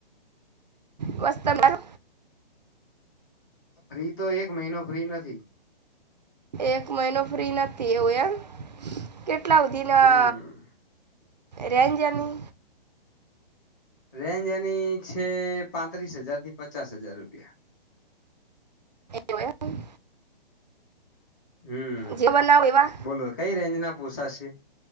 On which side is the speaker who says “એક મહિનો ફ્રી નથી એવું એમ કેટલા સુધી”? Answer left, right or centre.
Right